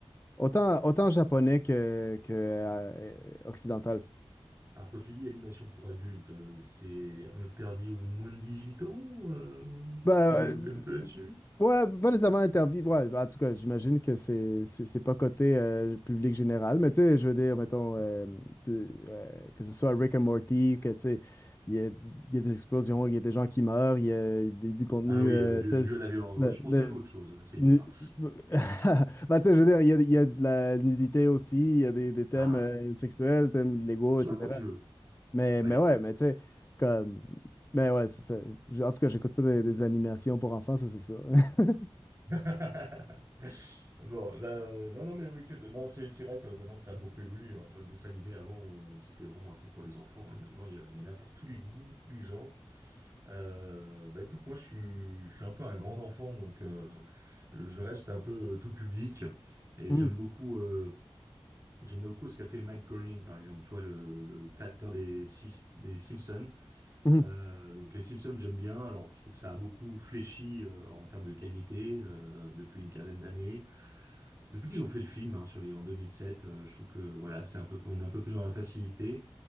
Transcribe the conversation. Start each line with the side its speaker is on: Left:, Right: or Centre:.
Left: Autant, autant japonais que, que euh, occidental.
Right: Alors quand tu dis animation pour adultes, euh, c'est interdit aux moins de 18 ans, euh, si
Left: Bah,
Right: tu peux
Left: euh,
Right: développer un peu là-dessus.
Left: ouais, pas les amants interdits Ouais, en tout cas, j'imagine que c'est c'est c'est pas côté euh, public général, mais tu sais, je veux dire, mettons, euh, tu- euh, que ce soit Rick and Morty, que tu sais, il y a, il y a des explosions, il y a des gens qui meurent, il y a des- du contenu,
Right: Ah oui,
Left: euh,
Right: euh, dû,
Left: tu sais,
Right: dû
Left: c'est-
Right: à la violence.
Left: le-
Right: Ouais, je pensais
Left: le-
Right: à autre chose, c'est bizarre.
Left: nu- <laughs> Bah, tu sais, je veux dire, il y a, il y a de la nudité aussi, il y a des, des thèmes
Right: Ah,
Left: euh, sexuels, thèmes illégaux,
Right: tu
Left: etc.
Right: vois quand tu veux.
Left: Mais,
Right: Ouais.
Left: mais ouais, mais tu sais, comme. Mais ouais, c'est ça. J- En tout cas, j'écoute pas des, des animations pour enfants, ça, c'est sûr. <laughs>
Right: <laughs> Bon, bah, euh, non, non, mais oui, que de- non, c'est c'est vrai que maintenant ça a beaucoup évolué. hein. Le dessin animé avant, on- c'était vraiment un truc pour les enfants, et maintenant il y, a- il y en a pour tous les goûts, tous les genres. Euh, bah écoute, moi je suis, je suis un peu un grand enfant, donc euh, je reste un peu euh, tout public, et
Left: Mhm,
Right: j'aime beaucoup, euh, j'aime beaucoup ce qu'a fait Matt Groening, par exemple, tu vois, le, le créateur des, Sis- des Simpsons.
Left: mhm.
Right: Euh, donc les Simpsons, j'aime bien. Alors, je trouve que ça a beaucoup fléchi euh, en termes de qualité euh, depuis une quinzaine d'années. Depuis qu'ils ont fait le film hein, sur les en 2007, euh, je trouve que voilà, c'est un peu on est un peu plus dans la facilité.